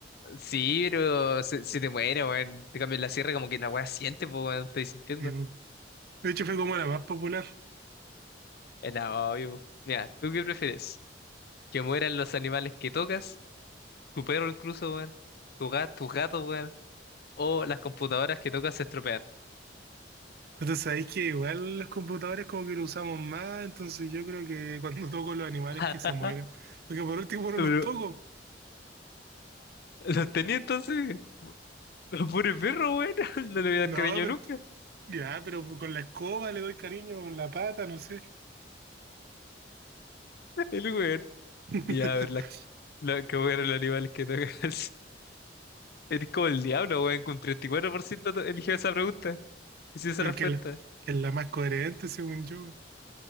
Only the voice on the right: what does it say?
Y, de hecho fue como la más popular.
Entonces sabéis que igual los computadores como que lo usamos más, entonces yo creo que cuando <laughs> toco los animales
que se mueren, porque por último no
los toco.
No,
pero
ya, pero con la escoba le doy cariño, con la pata, no sé.
<laughs>
Pero
es que la- es la más coherente, según yo.